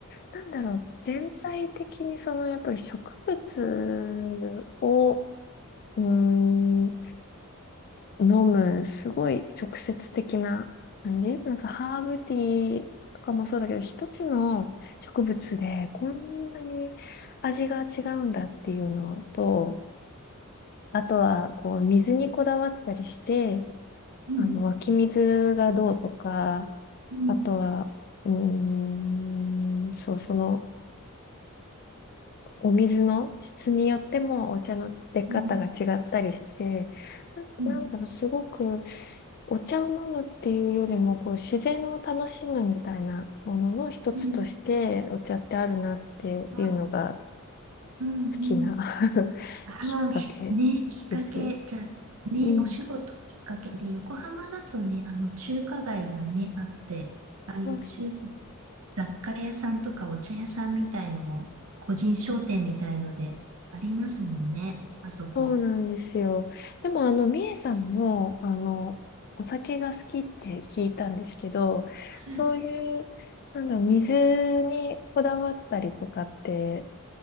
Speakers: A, on the left; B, on the right.
A: なんだろう、全体的にそのやっぱり植物を、うーん、飲む、すごい直接的な感じ。なんかハーブティーとかもそうだけど、一つの植物でこんなに味が違うんだっていうのと、あとはこう水にこだわったりして、
B: うん。
A: あの湧き水がどうとか、
B: うん。
A: あとは、うーん、そう、そのお水の質によってもお茶の出方が違ったりして、
B: うん。
A: な、
B: うん、
A: なんだろう、すごくお茶を飲むっていうよりも、こう自然を楽しむみたいなものの一つとしてお茶ってあるなっていうのが
B: うん、あ、うん、うん。
A: 好きな <laughs>
B: ああ、
A: きっかけ
B: ひね、きっかけ、
A: です。
B: じゃあ、ね、
A: うん。
B: お仕事きっかけで、横浜だとね、あの、中華街がね、あって、ああいう中、
A: そう
B: 雑貨屋さんとかお茶屋さんみたいのも、個人商店みたいので、ありますもんね、あそこ。
A: そうなんですよ。でも、あの、みえさんも、あの、お酒が好きって聞いたんですけど、
B: はい、
A: そういう、なんだろう、水にこだわったりとかって、